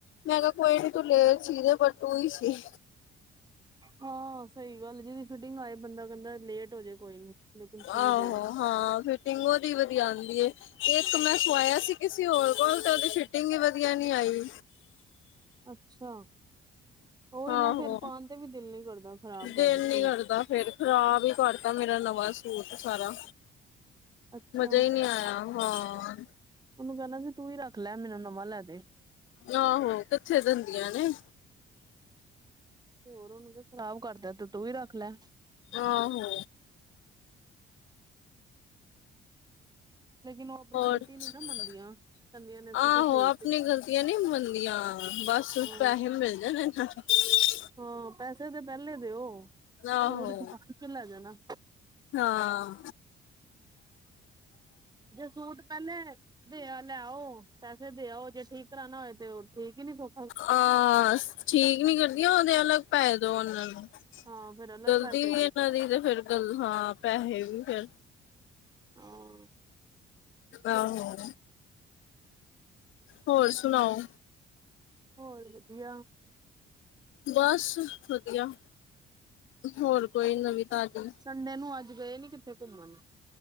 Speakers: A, on the left; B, on the right.
A: ਮੈਂ ਕਿਹਾ ਕੋਈ ਨੀ ਤੂੰ ਲੇਟ ਸੀਦੇ ਬਸ ਤੂੰ ਹੀ ਸੀ।
B: ਹਾਂ ਸਹੀ ਗੱਲ ਏ, ਜਿਹਦੀ ਫਿਟਿੰਗ ਆਏ ਬੰਦਾ ਕੈਂਦਾ ਲੇਟ ਹੋ ਜਾਏ ਕੋਈ ਨੀ। ਲੇਕਿਨ ਸੀ
A: ਆਹੋ
B: ਦੇ
A: ਹਾਂ ਫਿਟਿੰਗ ਓਹਦੀ ਵਧੀਆਂ ਆਂਦੀ ਏ। ਏਕ ਮੈਂ ਸਵਾਇਆ ਸੀ ਕਿਸੀ ਹੋਰ ਕੋਲ, ਤੇ ਉਹਦੀ ਫਿਟਿੰਗ ਹੀ ਵਧੀਆਂ ਨੀ ਆਈ।
B: ਅੱਛਾ ਓਹੀ ਨਾ
A: ਆਹੋ
B: ਫੇਰ ਪਾਨ ਤੇ ਵੀ ਦਿਲ ਨੀ ਕਰਦਾ। ਖ਼ਰਾਬ
A: ਦਿਲ
B: ਕਰ ਦਿੰਦੀਆਂ
A: ਨੀ ਕਰਦਾ ਫੇਰ, ਖ਼ਰਾਬ ਹੀ ਕਰਤਾ ਮੇਰਾ ਨਵਾਂ ਸੂਟ ਸਾਰਾ।
B: ਅੱਛਾ
A: ਮਜ਼ਾ ਈ ਨਈ ਆਇਆ, ਹਾਂ।
B: ਓਹਨੂੰ ਕਹਿਨਾ ਸੀ ਤੂੰ ਹੀ ਰੱਖ ਲੈ, ਮੈਨੂੰ ਨਵਾਂ ਲੈ ਦੇ।
A: ਆਹੋ, ਕਿੱਥੇ ਦਿੰਦੀਆਂ ਨੇ।
B: ਤੇ ਹੋਰ ਉਹਨੂੰ ਕਹਿ, ਖਰਾਬ ਕਰਤਾ ਤੇ ਤੂੰ ਈ ਰੱਖ ਲੈ।
A: ਆਹੋ।
B: ਲੇਕਿਨ ਉਹ ਆਪਣੀ
A: ਹੋਰ
B: ਗ਼ਲਤੀ ਨੀ ਨਾ ਮੰਨਦੀਆਂ
A: <inaudible>
B: ਕਹਿੰਦੀਆਂ ਨੇ ਅਸੀਂ
A: ਆਹੋ,
B: ਤਾਂ ਸਹੀ
A: ਆਪਨੀ
B: ਸੀ।
A: ਗ਼ਲਤੀਆਂ ਨਈ ਮੰਨਦੀਆਂ ਬਸ ਸਿਰਫ
B: ਹਾਂ
A: ਪੈਹੇ ਮਿਲ ਜਾਣੇ <unintelligible>
B: ਹਾਂ ਪੈਸੇ ਤੇ ਪਹਿਲੇ ਦੇਓ, ਸੂਟ
A: ਆਹੋ
B: ਤੇ ਬਾਦ ਚੌ ਲੈ ਜਾਣਾ।
A: ਹਾਂ।
B: ਜੇ ਸੂਟ ਪਹਿਲੇ ਦੇਆ ਲੈਓ ਪੈਸੇ ਦੇ ਆਓ ਜੇ ਠੀਕ ਕਰਾਨਾ ਹੋਏ ਤੇ ਓਹ ਠੀਕ ਹੀ ਨੀ ਫੁ
A: ਆ ਠੀਕ ਨੀ ਕਰਦੀਆਂ ਉਹਦੇ ਅਲੱਗ ਪੈਹੇ ਦੋ ਓਹਨਾਂ ਨੂੰ।
B: ਹਾਂ ਫੇਰ ਅਲੱਗ
A: ਗਲਤੀ
B: ਪੈਸੇ
A: ਵੀ
B: ਦਿਓ
A: ਏਹਨਾਂ ਦੀ ਤੇ ਫੇਰ ਗਲ ਹਾਂ ਪੈਹੇ ਵੀ ਫੇਰ।
B: ਹਾਂ
A: ਆਹੋ, ਹੋਰ ਸੁਣਾਓ?
B: ਹੋਰ ਵਧੀਆਂ।
A: ਬਸ ਵਧੀਆ। ਹੋਰ ਕੋਈ ਨਵੀਂ ਤਾਜੀ।
B: ਸੰਡੇ ਨੂੰ ਅੱਜ ਗਏ ਨੀ ਕਿੱਥੇ ਘੁੰਮਨ।